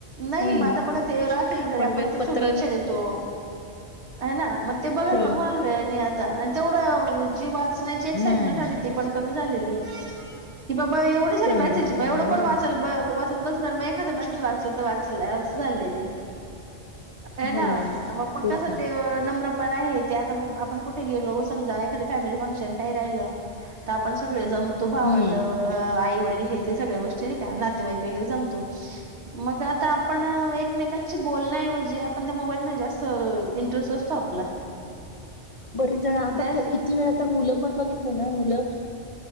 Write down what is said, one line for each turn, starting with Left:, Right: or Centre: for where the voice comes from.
Right: नाही म
Left: हम्म
Right: आता बघा ते राखच जरी
Left: पण
Right: आपण
Left: बेलपत्र
Right: ते शुभेच्छा
Left: नाही
Right: देतो. ह ना मग ते बघाल
Left: हो.
Right: पण <unintelligible> आत. आणि तेवढ जी वाचण्याची एक स्टेटमेंट
Left: नाही.
Right: राहती ती पण कमी झालेली ये ब एवढे सर
Left: कमी
Right: मेसेज
Left: झालेली
Right: एवढं कोण
Left: हो.
Right: वाचाल वाचत बसणार मग एखादा मेसेज वाचलं तर वाचलंय असं झालेलं ये. ह
Left: हो
Right: ना आ पक्कासाठी
Left: तेच ना.
Right: नम्र पण आहे ते आ आपण कुठे गेलो समजा एखाद फॅमिली फंक्शन काही राहिलं तर आपण एक वेळ जाऊन तो भावंड,
Left: हम्म.
Right: आई, वडील हे ते सगळ्या गोष्टी नाही का नातेवाईक वगैरे जमतो. मग जा आता आपण एकमेकांशी बोलण्याऐवजी, आपण त्या मोबाईलमध्ये जास्त इंटरेस्ट असतो. आपला.
Left: बरीच जण आता
Right: जास्त
Left: किती वेळा तर मुलं पण बघितली ना मुलं?